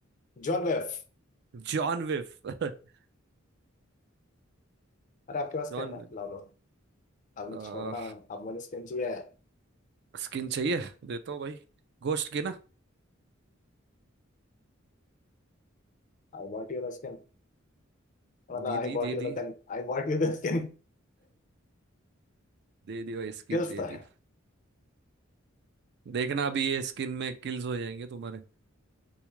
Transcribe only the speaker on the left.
जॉन वेफ
अरे आपके पास
स्किन है
लाओ लो अब
नहीं छोड़ना मैं अब मुझे स्किन चाहिए
I want your skin मतलब
I
want
your
gun I want your skin
Skills
<laughs> तो
है